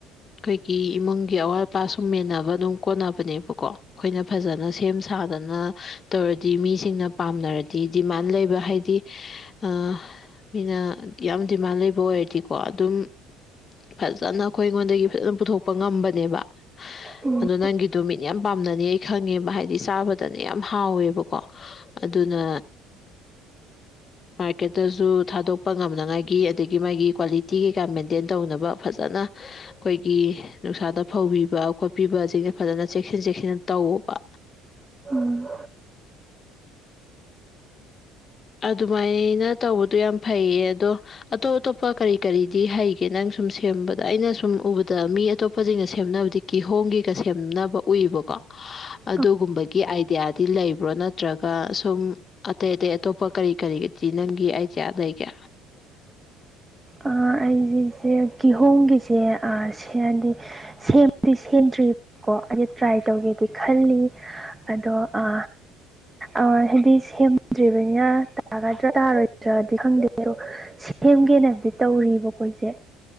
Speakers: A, on the left; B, on the right.
A: ꯑꯩꯈꯣꯏꯒꯤ ꯏꯃꯨꯡꯒꯤ ꯑꯋꯥꯠ ꯑꯄꯥ ꯁꯨꯝ ꯃꯦꯟꯅꯕ ꯑꯗꯨꯝ ꯀꯣꯟꯅꯕꯅꯦꯕꯀꯣ ꯑꯩꯈꯣꯏꯅ ꯐꯖꯅ ꯁꯦꯝ ꯁꯥꯗꯅ ꯇꯧꯔꯗꯤ ꯃꯤꯁꯤꯡꯅ ꯄꯥꯝꯅꯔꯗꯤ ꯗꯤꯃꯥꯟ ꯂꯩꯕ ꯍꯥꯏꯗꯤ ꯑ ꯃꯤꯅ ꯌꯥꯝ ꯗꯤꯃꯥꯟ ꯂꯩꯕ ꯑꯣꯏꯔꯗꯤ ꯀꯣ ꯑꯗꯨꯝ ꯐꯖꯅ ꯑꯩꯈꯣꯏ ꯑꯩꯉꯣꯟꯗꯒꯤ ꯐꯖꯅ ꯄꯨꯊꯣꯛꯄ ꯉꯝꯕꯅꯦꯕ
B: ꯎꯝ
A: ꯑꯗꯣ ꯅꯪꯒꯤꯗꯣ ꯃꯤꯅ ꯌꯥꯝ ꯄꯥꯝꯅꯅꯤ ꯑꯩ ꯈꯪꯉꯦꯕ ꯍꯥꯏꯗꯤ ꯆꯥꯕꯗꯅꯦ ꯌꯥꯝ ꯍꯥꯎꯋꯦꯕꯀꯣ ꯑꯗꯨꯅ ꯃꯥꯔꯀꯦꯠꯇꯁꯨ ꯊꯥꯗꯣꯛꯄ ꯉꯝꯅꯉꯥꯏꯒꯤ ꯑꯗꯒꯤ ꯃꯥꯒꯤ ꯀ꯭ꯋꯥꯂꯤꯇꯤ ꯇꯤ ꯀꯩꯀꯥ ꯃꯦꯟꯇꯦꯟ ꯇꯧꯅꯕ ꯐꯖꯅ ꯑꯩꯈꯣꯏꯒꯤ ꯅꯨꯡꯁꯥꯗ ꯐꯧꯕꯤꯕ ꯈꯣꯠꯄꯤꯕꯁꯤꯡꯅ ꯐꯖꯅ ꯆꯦꯛꯁꯤꯟ ꯆꯦꯛꯁꯤꯟꯅ ꯇꯧꯋꫭꯕ
B: ꯎꯝ
A: ꯑꯗꯨꯃꯥꯏꯅ ꯇꯧꯕꯗꯣ ꯌꯥꯝ ꯐꯩꯌꯦ ꯑꯗꯣ ꯑꯇꯣꯞ ꯑꯇꯣꯞꯄ ꯀꯔꯤ ꯀꯔꯤꯗꯤ ꯍꯩꯒꯦ ꯅꯪ ꯁꯨꯝ ꯁꯦꯝꯕꯗ ꯑꯩꯅ ꯁꯨꯝ ꯎꯕꯗ ꯃꯤ ꯑꯇꯣꯞꯄꯁꯤꯡꯅ ꯁꯦꯝꯅꯕꯗꯤ ꯀꯤꯍꯣꯝꯒꯤꯒ ꯁꯦꯝꯅꯕ ꯎꯏꯕꯀꯣ
B: <inaudible>
A: ꯑꯗꯨꯒꯨꯝꯕꯒꯤ ꯑꯥꯏꯗꯤꯌꯥꯗꯤ ꯂꯩꯕ꯭ꯔꯣ ꯅꯠꯇ꯭ꯔꯒ ꯁꯨꯝ ꯑꯇꯩ ꯑꯇꯩ ꯑꯇꯣꯞ ꯄ ꯀꯔꯤ ꯀꯔꯤꯒꯤꯗꯤ ꯅꯪꯒꯤ ꯑꯥꯏꯗꯤꯌꯥ ꯂꯩꯒꯦ
B: ꯑ ꯑꯩꯖꯤ ꯏꯆꯦ ꯀꯤꯍꯣꯝꯒꯤꯁꯦ ꯑ ꯁꯤꯗꯗꯤ ꯁꯦꯝꯗꯤ ꯁꯦꯝꯗ꯭ꯔꯤ ꯀꯣ ꯑꯩꯖ ꯇ꯭ꯔꯥꯏ ꯇꯧꯒꯦꯗꯤ ꯈꯜꯂꯤ ꯑꯗꯣ ꯑ ꯑꫭ ꯍꯥꯏꯗꯤ ꯁꯦꯝꯗ꯭ꯔꯤꯕꯅꯤꯅ ꯇꯥꯒꯗ꯭ꯔ ꯇꯥꯔꯣꯏꯗ꯭ꯔꯗꯤ ꯈꯪꯗꯦ ꯑꯗꯣ ꯁꯦꯝꯒꯦꯅ ꯕꯨꯗꯤ ꯇꯧꯔꯤꯕꯔꯤꯕꯀꫭ ꯏꯆꯦ